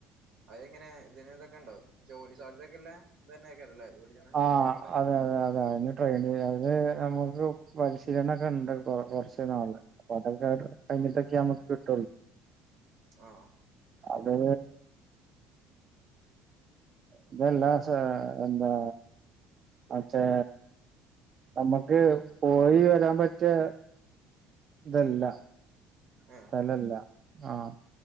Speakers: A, on the right; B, on the right.
A: അതെങ്ങനെ ഇതിന് ഇതൊക്കെ ഉണ്ടോ ജോലി സാധ്യതയക്കെല്ലെ ഇതന്നെയൊക്കെല്ലേ ജോലിക്കണ
B: ആ
A: വിഷയൊക്കെല്ലേ
B: അതെ അതെ അതെ അന് ട്രെയിൻ ചെയ് അത് നമുക്ക് പരിശീലനക്കെണ്ട് കൊ കൊറച്ച് നാള് അപ്പൊ അതൊക്കെ കഴിഞ്ഞിട്ടൊക്കെ നമക്ക് കിട്ടുള്ളൂ
A: ആഹ്
B: അത് ഇതല്ല സ എന്താ മറ്റേ നമ്മക്ക് പോയി വരാൻ പറ്റിയ ഇതല്ല
A: ഏഹ്
B: സ്ഥലല്ല ആഹ